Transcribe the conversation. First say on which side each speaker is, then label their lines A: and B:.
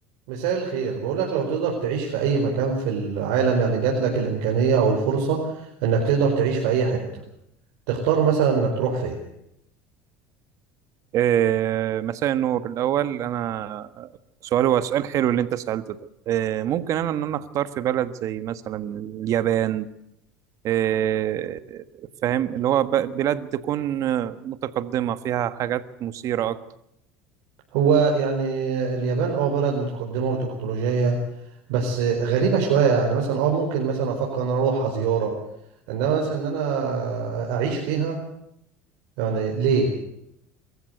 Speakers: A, on the right; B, on the right.
A: مساء الخير بقولك لو تقدر تعيش في أي مكان في العالم يعني جات لك الإمكانية أو الفرصة إنك تقدر تعيش في أي حتة تختار مثلا إنك تروح فين
B: إيه، مساء النور الأول أنا سؤال هو سؤال حلو اللي أنت سألته ده إيه، ممكن أنا إن أنا أختار في بلد زي مثلا اليابان إيه، فاهم اللي هو ب- بلاد تكون متقدمة فيها حاجات مثيرة أكتر
A: هو يعني اليابان اه بلد متقدمة وتكنولوجية بس غريبة شوية يعني مثلا اه ممكن مثلا أفكر إن أنا أروحها زيارة إنما مثلا إن أنا أعيش فيها يعني ليه